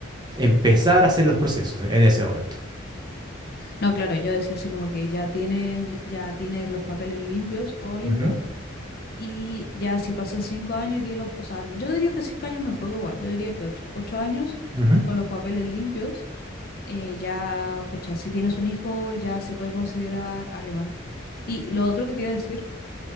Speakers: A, on the right; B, on the left.
A: empezar a hacer los procesos en ese momento.
B: No, claro, yo decía así como que ya tienes, ya tienes los papeles limpios, todo limpio,
A: Ujú,
B: Y ya si pasan cinco años y tiene los, o sea, yo diría que cinco años me es igual, yo diría que ocho, ocho años
A: ujú.
B: con los papeles limpios, eh, ya, pucha, si tienes un hijo ya se puede considerar alemán. Y lo otro que te iba a decir